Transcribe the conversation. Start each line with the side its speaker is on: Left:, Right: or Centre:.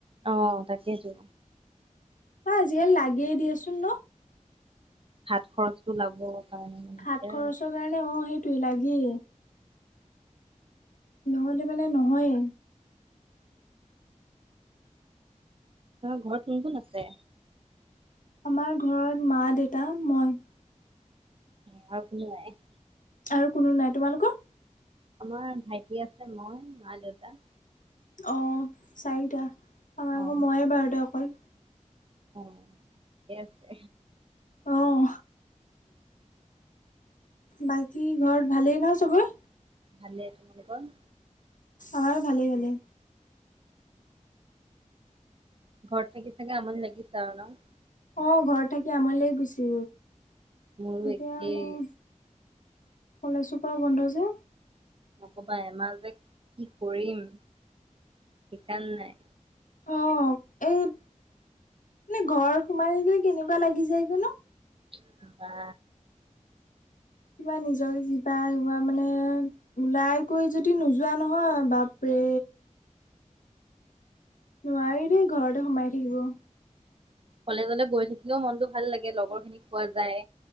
Right: অ', তাকেইটো।
Left: অ', আজিকালি লাগিয়ে দিয়াচোন ন?
Right: হাত খৰচটো ওলাব কাৰণে। মানে দিগদাৰ
Left: হাত খৰচৰ কাৰণে অ' সেইটোোৱে লাগেই। নহ'লে মানে নহয়ে।
Right: তোমাৰ ঘৰত কোন কোন আছে?
Left: আমাৰ ঘৰত মা দেউতা মই।
Right: আৰু কোনো নাই?
Left: আৰু কোনো নাই। তোমালোকৰ?
Right: আমাৰ ভাইটি আছে মই মা দেউতা।
Left: অ', চাৰিটা আমাৰ আকৌ
Right: অ
Left: ময়ে বাৰু দে অকল।
Right: অ', ঠিকে আছে।
Left: অহ। বাকী ঘৰত ভালেই ন চবেই?
Right: ভালে। তোমালোকৰ?
Left: আমাৰো ভালেই ভালে।
Right: ঘৰত থাকি চাগে আমনি লাগিছে আৰু ন?
Left: অহ ঘৰত থাকি আমনি লাগি গৈছে।
Right: মোৰো
Left: এতিয়া
Right: একেই
Left: মানে কলেজখোপা বন্ধ যে।
Right: নকবা এমাহ যে কি কৰিম সিতান নাই।
Left: অ', এই মানে ঘৰত সোমাই থাকিলে কেনেকুৱা লাগি যায় গৈ ন।
Right: কি ক'বা।
Left: কিবা নিজকে কিবা কিবা মানে ওলাই কৰি যদি নোযোৱা নহয় বাপৰে নোৱাৰি দেই ঘৰতে সোমাই থাকিব।
Right: কলেজলে গৈ থাকিলেওঁ মনটো ভাল লাগে, লগৰখিনিক পোৱা যায়।